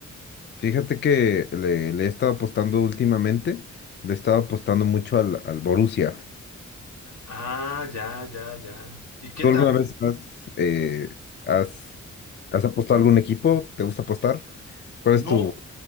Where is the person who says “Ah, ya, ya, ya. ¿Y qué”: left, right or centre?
Left